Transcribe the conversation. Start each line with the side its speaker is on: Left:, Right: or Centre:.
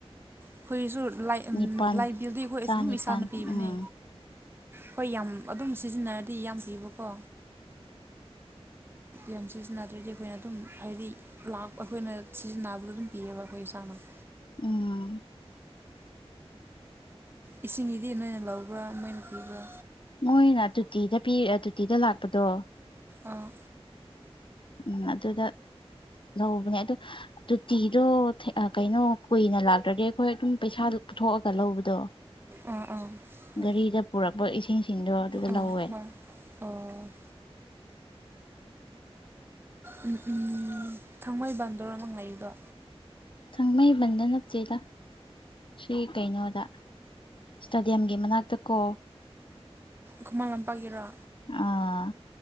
Right: ꯑꯈꯣꯏꯁꯨ ꯂꯥꯏ
Left: ꯅꯤꯄꯥꯜ
Right: ꯎꯝ ꯂꯥꯏꯕꯤꯜꯗꯤ ꯑꯈꯣꯏ
Left: ꯆꯥꯅꯤꯄꯥꯜ
Right: ꯑꯗꯨꯝ ꯏꯁꯥꯅ ꯄꯤꯕꯅꯦ
Left: ꯎꯝ
Right: ꯍꯣꯏ ꯌꯥꯝ ꯑꯗꯨꯝ ꯁꯤꯖꯤꯟꯅꯔꯗꯤ ꯌꯥꯝ ꯄꯤꯕꯀꯣ ꯌꯥꯝ ꯁꯤꯖꯤꯟꯅꯗ꯭ꯔꯗꯤ ꯑꯈꯣꯏꯅ ꯑꯗꯨꯝ ꯍꯥꯏꯗꯤ ꯂꯥꯛ ꯑꯩꯈꯣꯏꯅ ꯁꯤꯖꯤꯟꯅꯕꯗ ꯑꯗꯨꯝ ꯄꯤꯌꯦꯕ ꯑꯈꯣꯏ ꯏꯁꯥꯅ
Left: ꯎꯝ
Right: ꯏꯁꯤꯡꯗꯤ ꯅꯣꯏꯅ ꯂꯧꯕ꯭ꯔꯥ ꯃꯣꯏꯅ ꯄꯤꯕ꯭ꯔꯥ
Left: ꯃꯣꯏꯅ ꯇꯨꯇꯤꯗ ꯄꯤ ꯇꯨꯇꯤꯗ ꯂꯥꯛꯄꯗꯣ
Right: ꯑꯥ
Left: ꯎꯝ ꯑꯗꯨꯗ ꯂꯧꯕꯅꯦ ꯑꯗꯨ ꯇꯣꯇꯤꯗꯣ ꯀꯩꯅꯣ ꯀꯨꯏꯅ ꯂꯥꯛꯇ꯭ꯔꯗꯤ ꯑꯩꯈꯣꯏ ꯑꯗꯨꯝ ꯄꯩꯁꯥ ꯄꯨꯊꯣꯛꯑꯒ ꯂꯧꯕ ꯗꯣ
Right: ꯑꯥ ꯑꯥ
Left: ꯒꯥꯔꯤꯗ ꯄꯨꯔꯛꯄ ꯏꯁꯤꯡꯁꯤꯡꯗꯣ ꯑꯗꯨꯗ
Right: ꯑꯥ
Left: ꯂꯧꯋꯦ
Right: ꯍꯣꯏ ꯑꯣ ꯎꯝ ꯎꯝ ꯊꯥꯡꯃꯩꯕꯟꯗꯣꯔꯣ ꯅꯪ ꯂꯩꯕꯗꯣ
Left: ꯊꯥꯡꯃꯩꯕꯟꯗ ꯅꯠꯇꯦꯗ ꯁꯤ ꯀꯩꯅꯣꯗ ꯏꯁꯇꯦꯗꯤꯌꯝꯒꯤ ꯃꯅꯥꯛꯇ ꯀꯣ
Right: ꯈꯨꯃꯥꯡ ꯂꯝꯄꯥꯛꯒꯤꯔꯣ
Left: ꯑꯥ